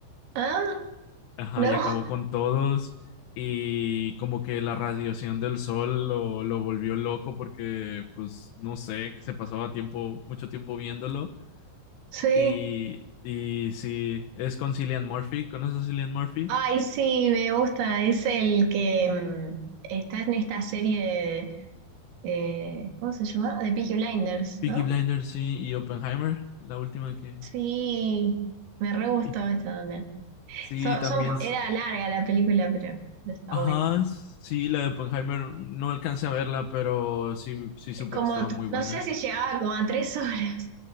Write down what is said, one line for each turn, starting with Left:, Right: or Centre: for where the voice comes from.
Right: Ah,
Left: Ajá,
Right: no,
Left: y acabó con todos y como que la radiación del sol lo, lo volvió loco porque pues no sé, que se pasaba tiempo, mucho tiempo viéndolo
Right: sí.
Left: y, y sí, es con Cillian Murphy, ¿conoces a Cillian Murphy?
Right: Ay, sí, me gusta. Es el que mm, está en esta serie, eh, ¿cómo se llama? De Peaky Blinders,
Left: Peaky
Right: ¿no?
Left: Blinders, sí, y Oppenheimer, la última que...
Right: Sí, me re gustó
Left: y-
Right: esta también.
Left: Sí,
Right: Son-
Left: también
Right: son-
Left: s-
Right: era larga la película, pero no está
Left: Ajá,
Right: buena.
Left: sí, la de Oppenheimer no alcancé a verla, pero sí, sí supe
Right: Como,
Left: que estaba muy buena.
Right: no sé si llegaba como a tres <laughs> horas.